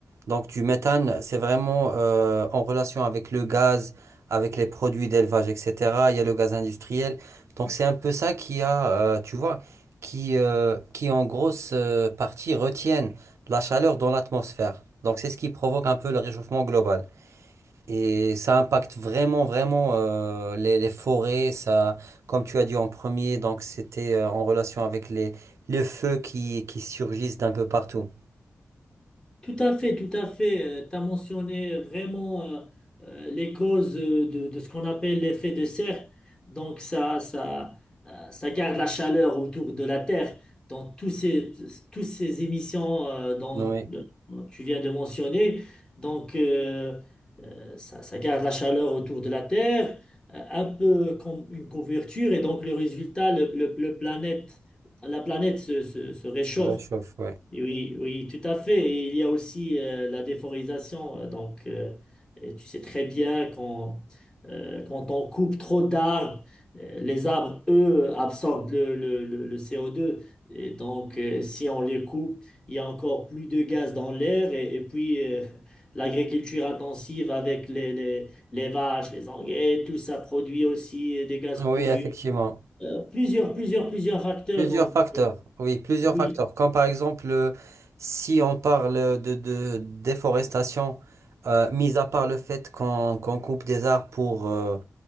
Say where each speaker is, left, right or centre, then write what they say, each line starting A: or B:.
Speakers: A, on the right; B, on the left.
A: Donc du méthane, c'est vraiment euh, en relation avec le gaz, avec les produits d'élevage, etc. Il y a le gaz industriel. Donc c'est un peu ça qui a, euh, tu vois, qui, euh, qui en grosse euh, partie retiennent la chaleur dans l'atmosphère. Donc c'est ce qui provoque un peu le réchauffement global. Et ça impacte vraiment, vraiment euh, les, les forêts. Ça, comme tu as dit en premier, donc c'était euh, en relation avec les, les feux qui, qui surgissent d'un peu partout.
B: Tout à fait, tout à fait. Tu as mentionné vraiment euh, euh, les causes euh, de, de ce qu'on appelle l'effet de serre. Donc ça, ça, euh, ça garde la chaleur autour de la Terre. Donc tous ces, tous ces émissions euh, dont
A: Oui,
B: dont tu viens de mentionner, donc euh, euh, ça, ça garde la chaleur autour de la Terre, euh, un peu comme une couverture. Et donc le résultat, le, le- le planète, la planète se, se se réchauffe.
A: ça réchauffe, oui.
B: Oui, oui, tout à fait. Et il y a aussi euh, la déforestation. Donc, euh, et tu sais très bien quand, euh, quand on coupe trop d'arbres, euh, les arbres, eux, absorbent le, le, le, le CO2. Et donc, euh, si on les coupe, il y a encore plus de gaz dans l'air. Et, et puis, euh, <laughs> l'agriculture intensive avec les, les, les vaches, les engrais, tout ça produit aussi euh, des gaz
A: Oui,
B: polluants.
A: effectivement.
B: Euh, plusieurs, plusieurs, plusieurs facteurs.
A: Plusieurs
B: Donc,
A: facteurs.
B: euh,
A: Oui, plusieurs
B: oui,
A: facteurs. Comme par exemple, euh, si on parle de, de déforestation, euh, mis à part le fait qu'on qu'on coupe des arbres pour, euh,